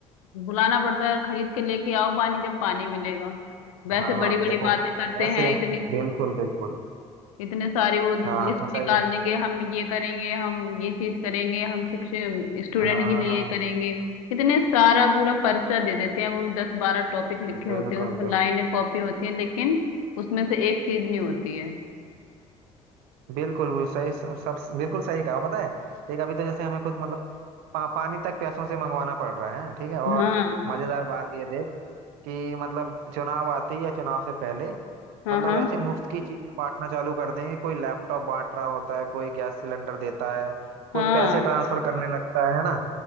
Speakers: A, on the left (about 75°); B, on the right (about 60°).
A: बुलाना पड़ता है खरीद के लेके आओ पानी जब पानी मिलेगा वैसे
B: हाँ
A: बड़ी बड़ी
B: देखो
A: बातें करते
B: वैसे
A: हैं इतनी
B: बिल्कुल बिल्कुल
A: इतने सारे वो
B: हाँ
A: लिस्ट
B: तो
A: निकाल
B: सही है
A: देंगे हम ये करेंगे हम ये चीज करेंगे हम शिक्षक स्टूडेंट
B: हाँ
A: के लिए
B: हाँ
A: ये करेंगे इतने सारा पूरा पर्चा दे देते हैं वो दस बारह टॉपिक लिखे
B: बिल्कुल
A: होते
B: बिल्कुल
A: हैं उसमें लाइनें कॉपी होती हैं लेकिन उसमें से एक चीज नहीं होती है
B: बिल्कुल वो सही सब बिल्कुल सही कहा पता है देख अभी तो जैसे हमें खुद मतलब पा, पानी तक पैसों से मंगवाना पड़ रहा है ठीक है और
A: हाँ
B: मजेदार बात यह देख कि मतलब चुनाव आते ही या चुनाव से पहले
A: हाँ
B: मतलब
A: हाँ
B: ऐसे मुफ्त की चीजें बांटना चालू कर देंगे कोई लैपटॉप बांट रहा होता है कोई गैस सिलेंडर देता है कोई
A: हाँ
B: पैसे ट्रांसफर करने लगता है है ना